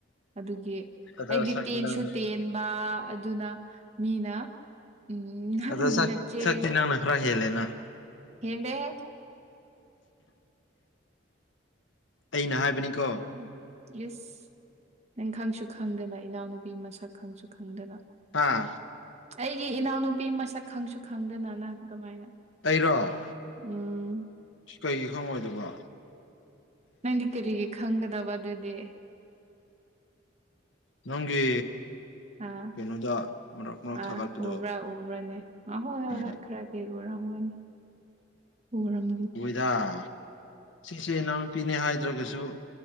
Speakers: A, on the right (about 35°); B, on the left (about 80°).
A: ꯑꯗꯨꯒꯤ
B: ꯑꯗꯣ
A: ꯑꯩꯗꯤ
B: ꯁꯛꯇꯤ
A: ꯇꯦꯟꯁꯨ
B: ꯅꯪꯅ
A: ꯇꯦꯟꯕ ꯑꯗꯨꯅ ꯃꯤꯅ ꯎꯝ ꯅꯪꯒꯤ
B: ꯑꯗꯣ ꯁꯛ
A: ꯅꯆꯦ
B: ꯁꯛꯇꯤ ꯅꯪꯅ ꯈꯔ ꯍꯦꯜꯂꯦꯅ
A: ꯍꯦꯟꯗꯦꯍꯦ
B: ꯑꯩꯅ ꯍꯥꯏꯕꯅꯤꯀꯣ
A: ꯎꯝ ꯏꯁ ꯅꯪ ꯈꯪꯁꯨ ꯈꯪꯗꯅ ꯏꯅꯥꯎꯅꯨꯄꯤ ꯃꯁꯛ ꯈꯪꯁꯨ ꯈꯪꯗꯅ
B: ꯑꯥ
A: ꯑꯩꯒꯤ ꯏꯅꯥꯎꯅꯨꯄꯤ ꯃꯁꯛ ꯈꯪꯁꯨ ꯈꯪꯗꯅ ꯅꯪ ꯀꯃꯥꯏꯅ
B: ꯑꯩꯔꫭ
A: ꯎꯝ
B: ꯀꯩꯒꯤ ꯈꯪꯉꯣꯏꯗꯨꯕ
A: ꯅꯪꯗꯤ ꯀꯔꯤꯒꯤ ꯈꯪꯒꯗꯕ ꯑꯗꯨꯗꯤ
B: ꯅꯪꯒꯤ
A: ꯑꯥ
B: ꯀꯩꯅꯣꯗ ꯃꯔꯛ ꯃꯔꯛ
A: ꯑ
B: ꯊꯥꯒꯠꯄꯗꯣ
A: ꯎꯕ꯭ꯔꯥ ꯎꯕ꯭ꯔꯥꯅꯦ ꯑ ꯍꯣꯏ ꯍꯣꯏ
B: ꯎꯝ
A: ꯍꯣꯏ ꯈꯔꯗꯤ ꯎꯔꯝꯒꯅꯤ ꯎꯔꯝ
B: ꯎꯏꯗꯥ ꯁꯤꯁꯦ ꯏꯅꯥꯎꯅꯨꯄꯤꯅꯦ ꯍꯥꯏꯗ꯭ꯔꯒꯁꯨ